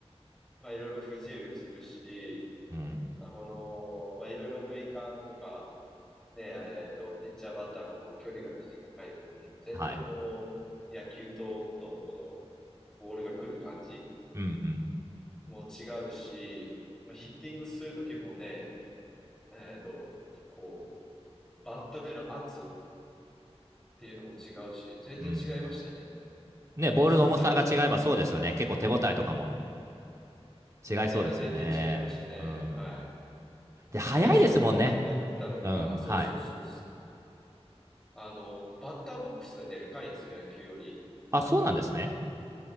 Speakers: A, in the centre; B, on the right.
A: まあいろいろ不自由するし、
B: うん。
A: まあこの、まあいろいろ塁間とか、ね、えっと、ピッチャーバッターのこの距離が短い分、全然この野球とのこの
B: はい。
A: ボールが来る感じ
B: うん
A: も違うし、まあ、ヒッティングするときもね、えっと、こう、バットへの圧っていうのも違うし、全然違いましたね、
B: うん。うん。ね、ボールの重さが違えばそうですよね。
A: 実際。
B: 結構手応えとかも違いそうですよね。
A: いや、全然違いましたね。
B: うん。
A: はい。
B: で、早いですもんね。
A: で、衝撃的だったのが、
B: うん。
A: そうそうそう。
B: はい。
A: あの、バッターボックスがでかいんですよ、野球より。
B: あ、そうなんですね。